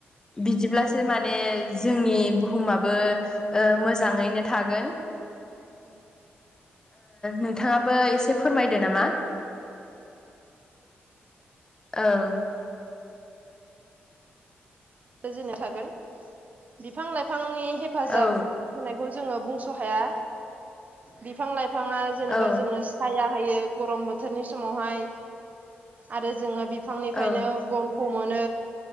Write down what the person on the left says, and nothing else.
बिदिब्लासो माने जोंनि बुहुमाबो मोजांङैनो थागोन
नोंथाङाबो एसे फोरमायदो नामा औ
औ
औ
औ